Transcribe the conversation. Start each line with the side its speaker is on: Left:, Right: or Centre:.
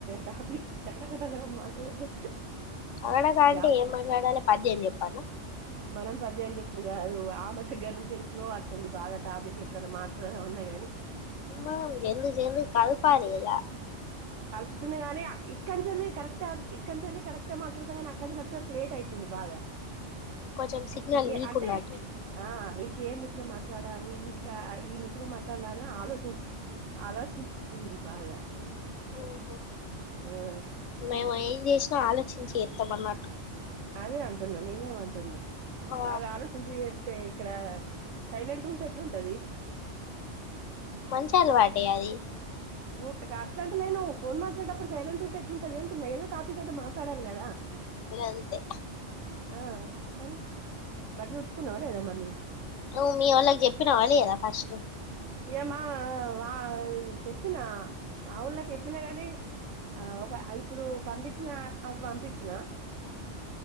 Right: టాపిక్ టకటకటకడక మాట్లాడు.
Left: టకటక అంటే
Right: గ్యాప్
Left: ఏం మాట్లాడాలే పద్యం జేపాల్న.
Right: మనం పద్యాము జెప్పుడు గాదు ఆమె దెగ్గర నుంచే స్లో ఒత్తుంది బాగా టాపిక్ ఎప్పుడైనా మాట్లాడుదాం ఆన్నా గాని.
Left: ఉమ్ జిల్ది జిల్ది కలిపాలి గదా.
Right: కాల్పుతున్న గాని అ ఇక్కడ్నుంచ్చాలి కరెక్ట్ ఇక్కనుంచాలి కరెక్ట్. అట్టే మాట్లాడతాం గని అక్కడ్నుంచ్చే వరకు లేట్ అవుతుంది బాగా.
Left: కొంచెం సిగ్నల్
Right: ఇంకే
Left: వీక్
Right: అంటే
Left: ఉన్నట్టుంది
Right: ఆహ్ ఇంకేం ముచ్చట మా. మాట్లాడాలి ఇంకా ఈ ముచ్చట మాట్లాడాలని ఆలోచించు. ఆలోచించుతుంది బాగా.
Left: ఉమ్
Right: ఆ
Left: మేము ఏం జెసిన ఆలోచించి జేత్తమన్నమాట.
Right: అదే అంటున్నా నేనేమంటున్నా
Left: ఆ
Right: బాగా ఆలోచించిజెతే. ఇక్కడ సైలెంట్ గుంటే ఎట్లాంటది.
Left: మంచాలవాటే అది.
Right: ఓకే అట్ల అంటలేను ఫోన్ మాట్లాడటప్పుడు సైలెంట్ ఉంటే ఎట్లుంటది అంటున్నా ఏదో టాపిక్కైతే మాట్లాడాలి గదా.
Left: అంతే.
Right: ఆహ్ మరి బట్టలు ఉతుకున్నావ లేదా మరి.
Left: నువ్వు మీ వోళ్ళకి జెప్పినవ లేదా ఫస్ట్.
Right: ఇయమ్మా మా చెప్పినా మాఓళ్ళకి ఎప్పినా గానీ. ఆహ్ ఒక ఐ ఇప్పుడు పంపించిన అటు వంపించినా.